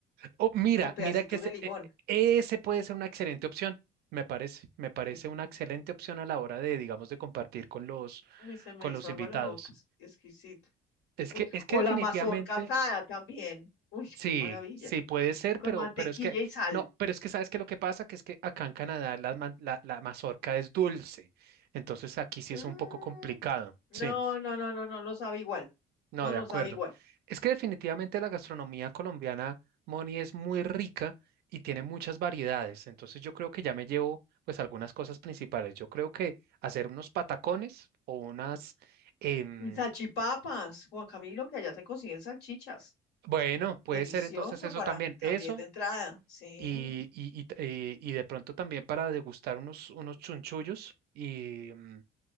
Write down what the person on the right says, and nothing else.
Oh, mira,
mira que ese,
e- e- ese puede ser una excelente opción, me parece. Me parece
una excelente opción a la hora de, digamos, de compartir con los
con
los
invitados.
Es
que, es que
definitivamente,
sí,
sí puede ser,
pero,
pero es que,
no, pero es que sabes que lo que pasa, que es que acá en Canadá la, man- la, la mazorca es dulce, entonces aquí sí
es un poco complicado,
sí,
no,
de
acuerdo.
Es que definitivamente la gastronomía colombiana, Moni, es muy rica y tiene muchas variedades, entonces yo creo que ya me llevo pues algunas cosas principales. Yo creo que hacer unos patacones o unas... em,
bueno, puede
ser entonces eso
también,
eso
y, y, y eh, y de pronto también para degustar unos, unos chunchullos y, mm,